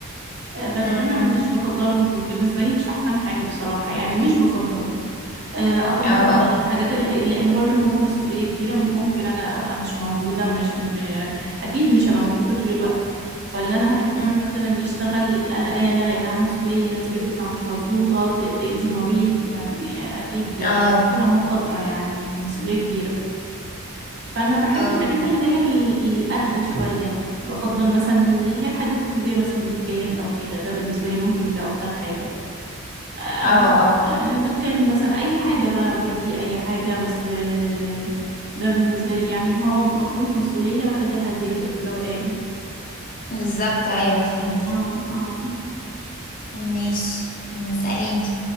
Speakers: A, on the right (about 50°); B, on the left (about 40°).
A: آه بس
B: أمم.
A: انا مش بفضله بالنسبة لي مش احسن حاجة بصراحة يعني مش بفضله آه، افضل
B: او او
A: الحاجات اللي هي لان برضه هو مسؤوليه كبيره ممكن انا ابقى مش موجوده مش م... اكيد مش هبقى موجوده طول الوقت فاللي انا هجيبه
B: أمم.
A: مثلا يشتغل قلقانه لانها مسؤوليه نتيجه تطلع مش مظبوطه ت- تاذي مريض يعني اكيد
B: اه
A: فيها مخاطره يعني مسؤوليه كبيره فانا بحب
B: اه
A: الحاجات
B: أمم.
A: اللي هي ال- الاهدى شويه بفضل مثلا اللي هي الحاجات التقليديه مثلا دكان او كده ده بالنسبه لي ممكن يبقى افضل حاجه آه،
B: اه اه
A: آه، دكان مثلا اي حاجه بقى بيع فيه اي حاجه بس آه، ده بالنسبه لي يعني اللي هو ما فيهوش مسؤوليه وحاجه هاديه كده في الروقان
B: بالظبط ايوه فهمت
A: اه اه
B: ماشي سأليني